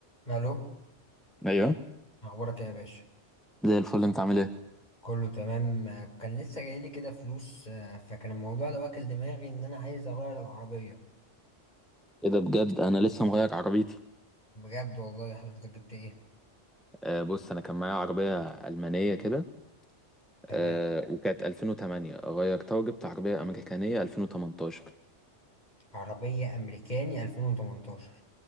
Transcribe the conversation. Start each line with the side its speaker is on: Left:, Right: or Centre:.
Left: الو
Centre: ايوه
Left: اخبارك ايه يا باشا
Centre: زي الفل انت عامل ايه
Left: كله تمام آه، كان لسه جايلي كده فلوس آه، فكان الموضوع ده واكل دماغي ان انا عايز اغير العربيه
Centre: ايه ده بجد انا لسه مغير عربيتي
Left: بجد والله حضرتك جبت ايه
Centre: آه بص انا كان معايا عربيه المانيه كده
Left: تمام
Centre: آه وكانت 2008 غيرتها وجبت عربيه امريكانيه 2018
Left: عربيه امريكاني 2018